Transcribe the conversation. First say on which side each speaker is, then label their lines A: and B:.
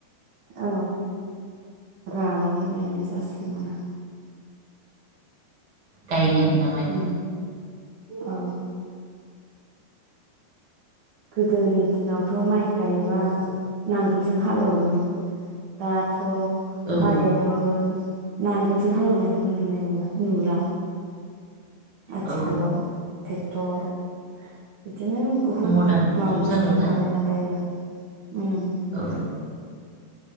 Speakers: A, on the right; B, on the right.
A: औ रानानै गायनाय जासिगोन आरो
B: गायो आरो। ना माइखौ।
A: उम औ। गोदोनि दिनावथ माइ गायबा नांगोलजों हालेवोमोन दाथ' अ
B: औ
A: माइ गायनोबाबो। नांगोलजों हालेवनायखौनो नुनाय नंला नुला आथिखालाव
B: औ
A: ट्रेक्टर बिदिनो बहुद
B: मदार्न
A: माबा
B: जुग
A: बुस्थु
B: जाबायना
A: ओंखारबायना दायो। उम
B: ओ